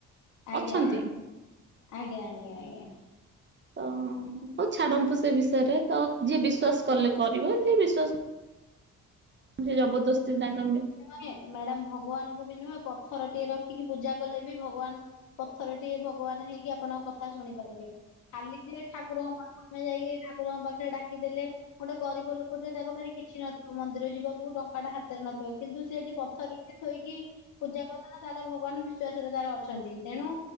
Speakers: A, on the left; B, on the right.
A: ଆଜ୍ଞା
B: ଅଛନ୍ତି
A: ଆଜ୍ଞା ଆଜ୍ଞା ଆଜ୍ଞା ଆଜ୍ଞା।
B: ହଁ। ହଁ ହଉ ଛାଡନ୍ତୁ ସେ ବିଷୟରେ ତ ଯିଏ ବିଶ୍ଵାସ କଲେ କରିବ ଯିଏ ବିଶ୍ଵାସ ଜି ଜବରଦସ୍ତି ନାଇ ତମେ
A: ନେ ମ୍ୟାଡାମ ଭଗବାନଙ୍କୁ ବି ନୁହେଁ ପଥର ଟିକେ ରଖିକି ପୂଜା କଲେ ବି ଭଗବାନ ପଥର ଟିକେ ଭଗବାନ ହେଇକି ଆପଣଙ୍କ କଥା ଶୁଣି ପାରିବେ। ଖାଲି ଯିଏ ଠାକୁରଙ୍କ ପାଖରେ ଯାଇକି ଠାକୁରଙ୍କ ପାଖରେ ଡା କିଦେଲେ ଗୋଟେ ଗରିବ ଲୋକଟରେ ତା ପଖରେ କିଛି ନଥିବ ମନ୍ଦିର ଯିବା କୁ ଟଙ୍କା ଟା ହାତ ରେ ନଥିବ କିନ୍ତୁ ସେ ଯଦି ପଥରରେ ଥୋଇକି ପୂଜା କରିଦେଲା ତାହେଲେ ଭଗବାନ ବିଶ୍ଵାସରେ ତାର ଅଛନ୍ତି ତେଣୁ